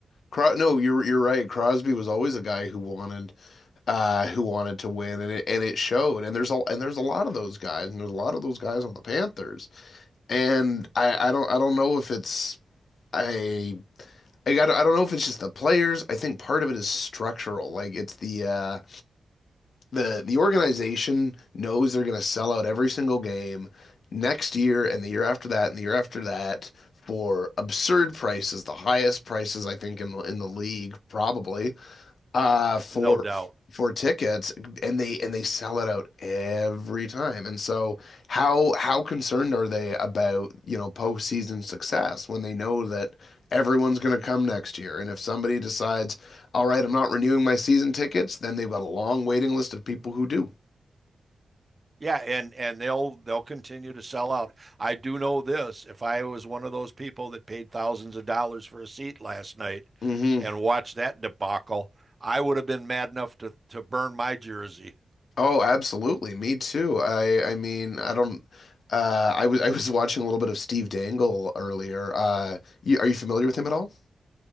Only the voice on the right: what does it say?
no doubt.
Yeah, and and they'll they'll continue to sell out. I do know this, if I was one of those people that paid thousands of dollars for a seat last night
and watched that debacle, I would have been mad enough to to burn my jersey.